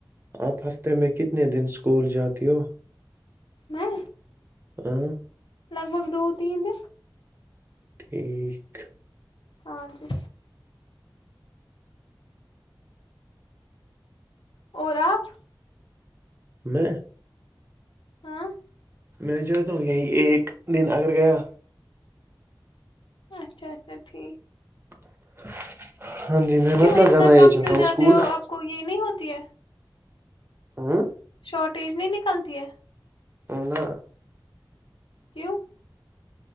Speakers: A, on the right (about 30°); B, on the left (about 75°).
A: آپ ہفتے میں کتنے دن اسکول جاتی ہو
B: میں
A: ہاں
B: لگ بھگ دو تین دن
A: ٹھیک
B: ہاں جی اور آپ
A: میں
B: ہاں
A: میں جاتا ہو یہیں ایک دن اگر گیا
B: اچھا اچھا ٹھیک
A: <inaudible>
B: کیوں
A: مت نہ
B: اتنا
A: زیادہ یہ
B: کم
A: جاتا
B: کیوں
A: ہوں
B: جاتے
A: اسکول
B: ہو آپ کو یہ نہیں ہوتی ہے
A: ہاں
B: شارٹیج نہیں نکلتی ہے
A: نی
B: کیو